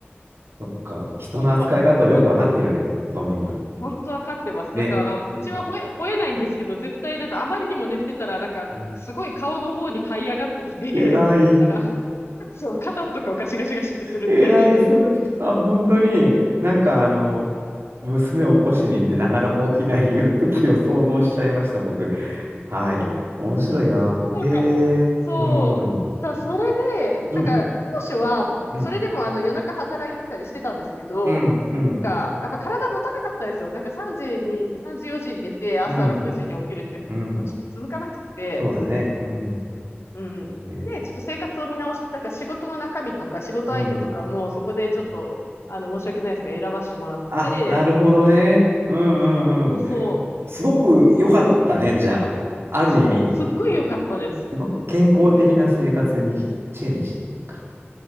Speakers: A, on the right; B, on the left.
A: そっか。
B: <laughs>
A: 人の扱い方をよくわかってるね、
B: そうそう。なんかね、
A: その日には。
B: 本当わかってます。
A: ね。
B: なんか、うちは吠え、
A: うん。
B: 吠えないんですけど、絶対なんかあまりにも寝てたら、なんか、
A: うん
B: すごい顔の方に這い上がってきて、
A: 偉い。
B: <laughs> なんか、そう、肩とかをガシガシガシってするんで、
A: 偉い、それ。あ、本当に、なんかあの、娘を起こしに行ってなかなか起きないいう時を想像しちゃいました、僕。はい。面白いな。
B: そうかも。
A: へえ。
B: そう。
A: うん。う
B: さ、それで、なんか、
A: ん。
B: 当初は、
A: うん。
B: それでもあの夜中働いてたりしてたんですけど、
A: うん、うん、
B: か、やっぱ体持たなかったですよ。なんか3時に、3時4時に出て、朝6時に起きるって、
A: うん、うん。
B: もうちょっと続かなくて、
A: そうだね。うん。
B: うん。
A: えー
B: で、ちょっと生活を見直して、なんか仕事の中身とか仕事相手とかも、
A: うん。
B: そこでちょっと、
A: うん
B: あの、申し訳ないですけど、選ばしてもらって、
A: あ、なるほどね。うんうんうん。
B: そうそうそ
A: すごく良かったね、
B: う、うん。
A: じゃあ。ある意味、
B: そう、すっごい良かったです。
A: すごく健康的な生活にチェンジっていうか。
B: 本当